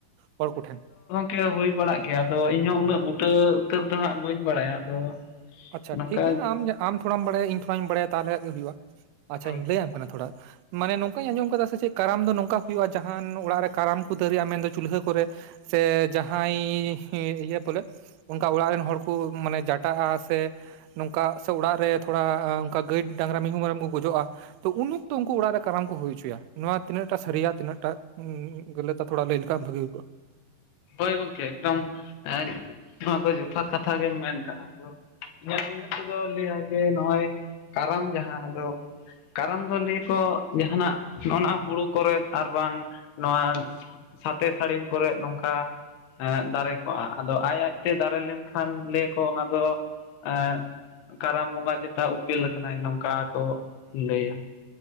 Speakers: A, on the right; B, on the left.
A: ᱦᱚᱲ ᱠᱚᱴᱷᱮᱱ᱾
B: ᱠᱟᱹ ᱦᱳᱭ ᱵᱟᱲᱟᱜ ᱜᱮᱭᱟ ᱾ ᱟᱫᱚ ᱤᱧᱦᱚᱸ ᱩᱱᱟᱹᱜ ᱵᱩᱴᱟᱹ ᱩᱛᱟᱹᱨ ᱫᱚ ᱦᱟᱸᱜ ᱵᱟᱹᱧ ᱵᱟᱲᱟᱭᱟ ᱾ ᱟᱫᱚ
A: ᱟᱪᱪᱷᱟ
B: ᱱᱚᱝᱠᱟ
A: ᱴᱷᱤᱠᱜᱮᱭᱟ ᱟᱢ ᱡᱟ ᱛᱷᱚᱲᱟᱢ ᱵᱟᱲᱟᱭᱟ ᱤᱧ ᱛᱷᱟᱹᱲᱟᱧ ᱵᱟᱲᱟᱭᱟ ᱛᱟᱦᱚᱞᱮ ᱜᱮ ᱦᱩᱭᱩᱜᱼᱟ ᱾ ᱟᱪᱪᱷᱟᱧ
B: ᱦᱳᱭ ᱦᱳᱭ
A: ᱞᱟᱹᱭᱟᱢ ᱠᱟᱱᱟ ᱛᱷᱚᱲᱟ, ᱢᱟᱱᱮ ᱱᱚᱝᱠᱟᱧ ᱟᱸᱡᱚᱢ ᱠᱟᱫᱟ ᱥᱮ ᱪᱮᱫ ᱠᱟᱨᱟᱢ ᱫᱚ ᱱᱚᱝᱠᱟ ᱦᱩᱭᱩᱜᱼᱟ ᱾ ᱡᱟᱦᱟᱸᱱ ᱚᱲᱟᱜ ᱨᱮ ᱠᱟᱨᱟᱢ ᱠᱚ ᱫᱟᱹᱨᱮᱜᱼᱟ ᱾ ᱢᱮᱱᱫᱚ ᱪᱩᱞᱦᱟᱹ ᱠᱚᱨᱮ ᱥᱮ ᱡᱟᱦᱟᱸᱭ ᱤᱭᱟᱹ ᱵᱚᱞᱮ ᱚᱝᱠᱟ ᱚᱲᱟᱜ ᱨᱮᱱ ᱦᱚᱲ ᱠᱚ ᱢᱟᱱᱮ ᱡᱟᱴᱟᱜ-ᱟ ᱥᱮ ᱱᱚᱝᱠᱟ ᱥᱮ ᱚᱲᱟᱜ ᱨᱮ ᱛᱷᱚᱲᱟ ᱚᱝᱠᱟ ᱜᱟᱹᱭ ᱰᱟᱝᱨᱟ ᱢᱤᱭᱦᱩ ᱢᱮᱨᱚᱢ ᱠᱚ ᱜᱩᱡᱩᱜᱼᱟ, ᱛᱚ ᱩᱱ ᱚᱠᱛᱚ ᱩᱝᱠᱩ ᱚᱲᱟᱜ ᱨᱮ ᱠᱟᱨᱟᱢ ᱠᱚ ᱦᱩᱭ ᱦᱚᱪᱚᱭᱟ, ᱱᱚᱶᱟ ᱛᱤᱱᱟᱹᱜᱴᱟ ᱥᱟᱹᱨᱤᱭᱟ ᱛᱤᱱᱟᱹᱜ ᱴᱟ ᱩᱸ ᱜᱟᱹᱞᱤᱛᱟ ᱛᱷᱚᱲᱟᱢ ᱞᱟᱹᱭ ᱞᱮᱠᱷᱟᱱ ᱵᱷᱟᱹᱜᱤ ᱦᱩᱭ ᱠᱚᱜᱼᱟ᱾
B: ᱦᱳᱭ ᱜᱚᱢᱠᱮ ᱮᱠᱫᱚᱢ ᱮᱸᱫ ᱱᱚᱣᱟ ᱫᱚ ᱡᱚᱛᱷᱟᱛ ᱠᱟᱛᱷᱟ ᱜᱮᱢ ᱢᱮᱱ ᱠᱟᱜᱼᱟ᱾ ᱤᱧᱟᱹᱜ ᱩᱭᱦᱟᱹᱨ ᱛᱮᱫᱚ ᱞᱟᱹᱭᱟᱭ ᱡᱮ ᱱᱚᱸᱜᱼᱚᱭ ᱠᱟᱨᱟᱢ ᱡᱟᱦᱟᱸ ᱟᱫᱚ ᱠᱟᱨᱚᱢ ᱫᱚ ᱞᱟᱹᱭ ᱟᱠᱚ ᱡᱟᱦᱟᱸᱱᱟᱜ ᱱᱚᱜᱱᱟ ᱦᱩᱲᱩ ᱠᱚᱨᱮᱫ ᱟᱨ ᱵᱟᱝ ᱱᱚᱣᱟ ᱥᱟᱛᱮ ᱥᱟᱹᱲᱤᱢ ᱠᱚᱨᱮᱫ ᱱᱚᱝᱠᱟ ᱮᱸᱫ ᱫᱟᱨᱮ ᱠᱚᱜᱼᱟ ᱟᱫᱚ ᱟᱡ ᱟᱡᱛᱮ ᱫᱟᱨᱮ ᱞᱮᱱᱠᱷᱟᱱ ᱞᱟᱹᱭᱟ ᱠᱚ ᱚᱱᱟ ᱫᱚ ᱮᱸᱜ ᱠᱟᱨᱟᱢ ᱵᱚᱸᱜᱟ ᱪᱮᱛᱟ ᱩᱯᱮᱞ ᱠᱟᱱᱟᱭ ᱱᱚᱝᱠᱟ ᱠᱚ ᱞᱟᱹᱭᱟ᱾